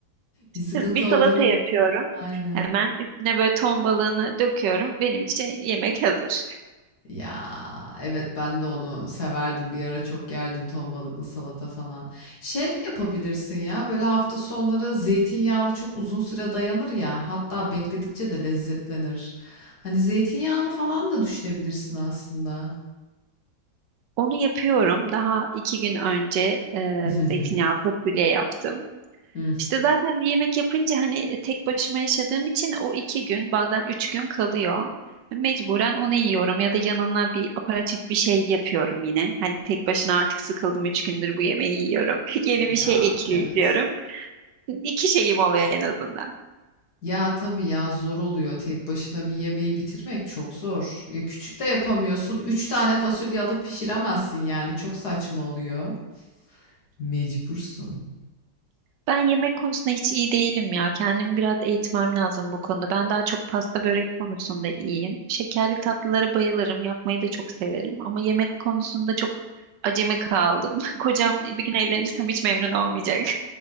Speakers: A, on the left (about 60°); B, on the right (about 75°).
A: bir sıkıntı
B: Sırf bir
A: olduğunu
B: salata yapıyorum.
A: aynen.
B: Hemen üstüne böyle ton balığını döküyorum. Benim için yemek hazır.
A: Ya evet ben de onu severdim bir ara çok yerdim ton balıklı salata falan. Şey de yapabilirsin ya böyle hafta sonları zeytinyağlı çok uzun süre dayanır ya hatta bekledikçe de lezzetlenir. Hani zeytinyağlı falan da düşünebilirsin aslında.
B: Onu yapıyorum. Daha iki gün önce e,
A: <laughs>
B: zeytinyağlı fasulye yaptım.
A: Hı.
B: İşte zaten bir yemek yapınca hani tek başıma yaşadığım için o iki gün bazen üç gün kalıyor. Mecburen onu yiyorum ya da yanına bir aparatif bir şey yapıyorum yine. Hani tek başına artık sıkıldım üç gündür bu yemeği yiyorum. <laughs> Yeni
A: Ya
B: bir şey ekleyeyim
A: evet.
B: diyorum. İki şeyim oluyor en azından.
A: Ya tabii ya zor oluyor tek başına bir yemeği bitirmek çok zor. Ya küçük de yapamıyorsun. Üç tane fasulye alıp pişiremezsin yani çok saçma oluyor. Mecbursun.
B: Ben yemek konusunda hiç iyi değilim ya. Kendimi biraz eğitmem lazım bu konuda. Ben daha çok pasta börek konusunda iyiyim. Şekerli tatlılara bayılırım. Yapmayı da çok severim. Ama yemek konusunda çok acemi kaldım. <laughs> Kocam bir gün evlenirsem hiç memnun olmayacak.